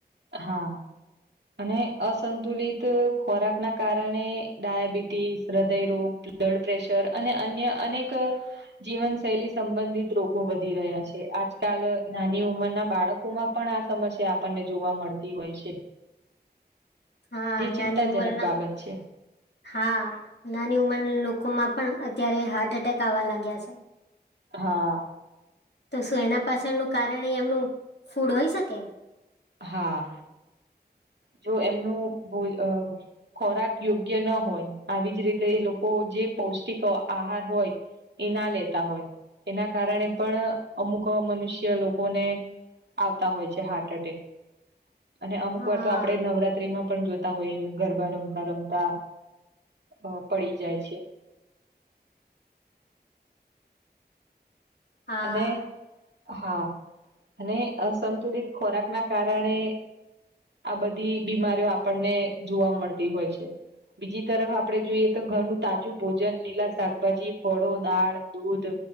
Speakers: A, on the right; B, on the left.
A: હા અને અસંતુલિત ખોરાક ના કારણે ડાયાબિટીસ હૃદયરોગ બ્લડ પ્રેશર અને અન્ય અનેક જીવનશૈલી સંબંધિત રોગો વધી રહ્યા છે, આજકાલ નાની ઉંમરના બાળક કોમાં પણ આ સમસ્યા આપણને જોવા મળતી હોય છે.
B: હા
A: તે
B: નાની
A: ચિંતાજનક
B: ઉંમરના
A: બાબત છે.
B: હા નાની ઉંમર લોકોમાં પણ અત્યારે હાર્ટ એટેક આવા લાગ્યા છે.
A: હા.
B: તો શું એના પાછળનું કારણ એ એમનું ફૂડ હોઈ શકે.
A: હા જો એમનું ભોય અબ ખોરાક યોગ્ય ન હોય આવી જ રીતે એ લોકો જે પૌષ્ટિક આહાર હોય એ ના લેતા હોય એના કારણે પણ અમુક મનુષ્ય લોકોને આવતા હોય છે હાર્ટ એટેક અને અમુક
B: હા
A: વાર તો આપડે નવરાત્રીમાં પણ જોતા હોઈએ કે ગરબા રમતા રમતા અ પડી જાય છે.
B: હા
A: અને હા અને અસંતુલિત ખોરાક ના કારણે આ બધી બીમારીઓ આપણને જોવા મળતી હોય છે. બીજી તરફ આપડે જોઈએ તો ઘરનું તાજું ભોજન લીલા શાકભાજી ફળો દાળ દૂધ